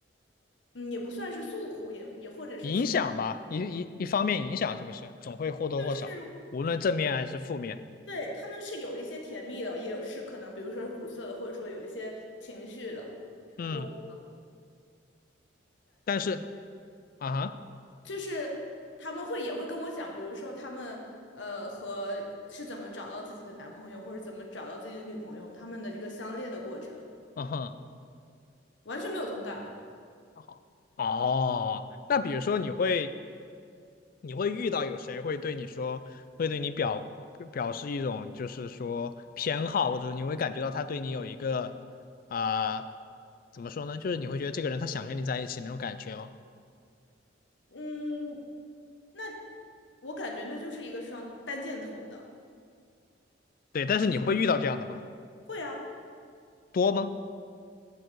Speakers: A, on the left; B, on the left.
A: 嗯，也不算是诉苦，也也或者是情，
B: 影响吧，一一一方面影响是不是总会或多或少，
A: 就是
B: 无论正面还是负面，
A: 对他们是有一些甜蜜的，也有是可能比如说是苦涩的，或者说有一些情绪的。
B: 嗯，
A: 我。
B: 但是。啊哈，
A: 就是他们会也会跟我讲，比如说他们呃和是怎么找到自己的男朋友，或者怎么找到自己的女朋友，他们的这个相恋的过程，
B: 嗯哼，
A: 完全没有同感啊。
B: 还好。哦，那比如说你会你会遇到有谁会对你说，会对你表表示一种就是说偏好，或者你会感觉到他对你有一个啊、怎么说呢？就是你会觉得这个人他想跟你在一起那种感觉吗？
A: 嗯，那我感觉那就是一个双单箭头的。
B: 对，但是你会遇到这样的吗？
A: 会啊，
B: 多吗？